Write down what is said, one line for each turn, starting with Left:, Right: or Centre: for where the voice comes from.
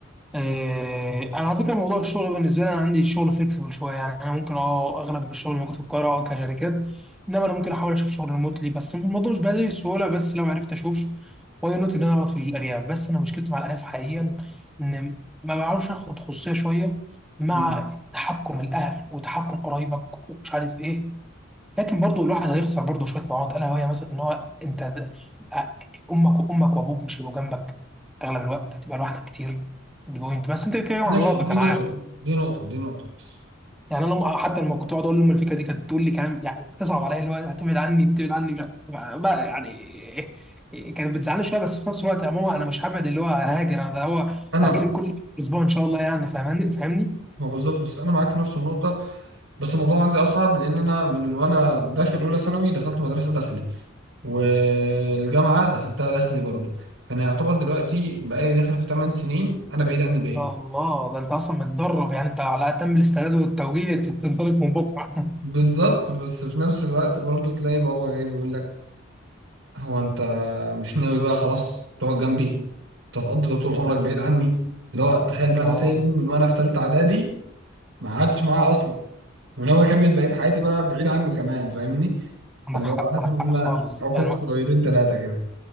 Centre: آه، انا على فكره موضوع الشغل بالنسبه لي انا عندي الشغل فليكسبل شويه يعني انا ممكن اه اغلب الشغل موجود في القاهره اه كشركات انما انا ممكن احاول اشوف شغل ريموتلي بس الموضوع مش بهذه السهوله بس لو عرفت اشوف واي نوت ان انا اقعد في الارياف بس انا مشكلتي مع الارياف حقيقيا ان ما بعرفش اخد خصوصيه شويه مع
Right: مم.
Centre: تحكم الاهل وتحكم قرايبك ومش عارف ايه لكن برضو الواحد هيخسر برضو شويه نقاط الا وهي مثلا ان هو انت د- امك وامك وابوك مش هيبقوا جنبك اغلب الوقت هتبقى لوحدك كتير دي بوينت بس انت بتتكلم
Right: ماشي
Centre: عن مراتك
Right: دي
Centre: انا
Right: نقطة
Centre: عارف
Right: دي نقطة دي نقطة بس
Centre: يعني انا أم- حتى لما كنت بقعد اقول لام الفكره دي كانت تقول لي كلام يعني تصعب عليا اللي هو هتبعد عني تبعد عني مش عارف. بقى يعني إيه- إيه، كانت بتزعلني شويه بس في نفس الوقت يا ماما انا مش هبعد اللي هو هاجر انا ده هو
Right: أنا
Centre: هاجي لك كل اسبوع ان شاء الله يعني فاهماني فاهمني
Right: ما بالظبط بس أنا معاك في نفس النقطة بس الموضوع عندي أصعب لأن أنا من وأنا داخل أولى ثانوي دخلت مدرسة داخلي والجامعة دخلتها داخلي برضه فأنا يعتبر دلوقتي بقالي داخل في 8 سنين أنا بعيد عن الباقي
Centre: ان شاء الله ده انت اصلا متدرب يعني انت على اتم الاستعداد والتوجيه تنطلق من بكره
Right: بالظبط بس في نفس الوقت برضه تلاقي بابا جاي بيقول لك هو انت مش ناوي بقى خلاص تقعد جنبي تتقضي طول عمرك بعيد عني اللي هو تخيل بقى انا
Centre: اه
Right: سايبه من وانا في تالتة اعدادي ما قعدتش معاه اصلا وناوي اكمل بقية حياتي بقى بعيد عنه كمان فاهمني
Centre: عندك
Right: فاللي
Centre: حق
Right: هو حاسس
Centre: عندك
Right: ان انا
Centre: حق خالص
Right: عقوق
Centre: يعني
Right: شويتين تلاتة كده